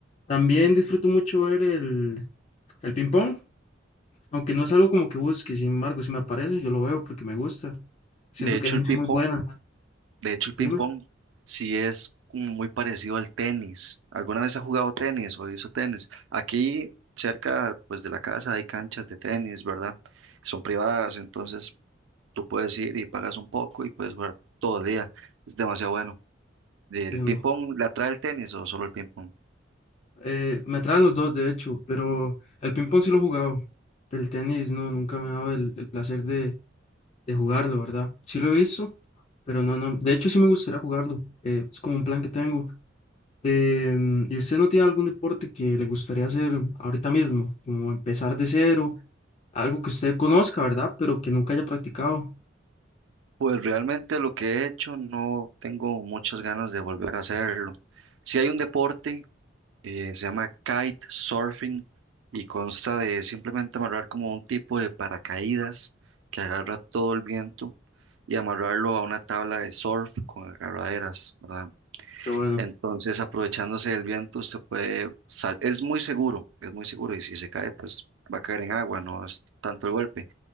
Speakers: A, on the left; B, on the right.
A: También disfruto mucho ver el, el ping-pong. Aunque no es algo como que busque, sin embargo, si me aparece, yo lo veo porque me gusta. Siento
B: De hecho,
A: que hay gente
B: el ping
A: muy buena.
B: De hecho, el ping-pong
A: ¿Dime?
B: sí es como muy parecido al tenis. ¿Alguna vez ha jugado tenis o hizo tenis? Aquí cerca, pues, de la casa hay canchas de tenis, ¿verdad? Son privadas, entonces tú puedes ir y pagas un poco y puedes jugar todo el día. Es demasiado bueno. ¿El
A: entiendo.
B: ping-pong le atrae el tenis o solo el ping-pong?
A: Eh, me atraen los dos, de hecho, pero el ping-pong sí lo he jugado. El tenis no, nunca me ha dado el, el placer de, de jugarlo, ¿verdad? Sí lo he visto, pero no, no. De hecho, sí me gustaría jugarlo. eh, es como un plan que tengo. Em, ¿y usted no tiene algún deporte que le gustaría hacer ahorita mismo? Como empezar de cero, algo que usted conozca, ¿verdad? Pero que nunca haya practicado.
B: Pues realmente lo que he hecho no tengo muchas ganas de volver a hacerlo. Si hay un deporte eh, se llama kite surfing y consta de simplemente amarrar como un tipo de paracaídas que agarra todo el viento y amarrarlo a una tabla de surf con agarraderas, ¿verdad?
A: Pero bueno,
B: Entonces, aprovechándose del viento, usted puede sal- es muy seguro, es muy seguro y si se cae, pues va a caer en agua, no es tanto el golpe,